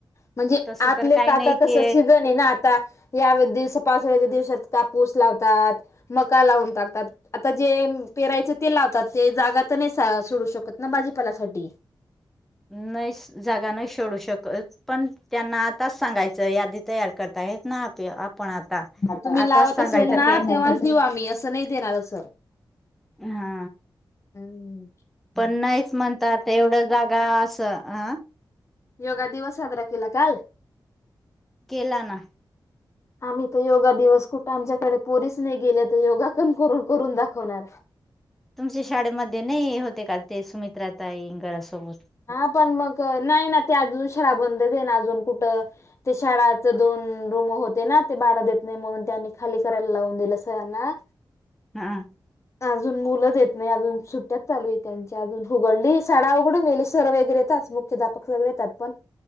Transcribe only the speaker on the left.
म्हणजे
आपले
तर आता
कस
सिजन आहे ना आता या स दिवस कापूस लावतात मका लावून टाकतात आता जे पेरायच ते लावतात. ते जागा तर नाही सोडू शकत ना भाजीपालासाठी
तुम्ही
लावत
असेल ना
तेव्हाच देऊ आम्ही असं नाही देणार अस
हम्
योगा दिवस साजरा केला काल.
आम्ही तर योगा दिवस कुठे आमच्याकडे पोरीच नाही गेले तर योगा कोण करून करून दाखवणार.
हा पण मग नाही ना ते अजून शाळा बंदच आहेना अजून कुठं ते शाळाच दोन रूम होते ना ते भाड देत नाही म्हणून त्यांनी खाली करायला लावून दिलं सरांना
अजून मुलं देत नाही अजून सुट्ट्यात चालू आहे त्यांच्या अजून हुगडली शाळा उघडून गेली. सर वगैरे <inaudible> मुख्याध्यापक सगळे येतात पण.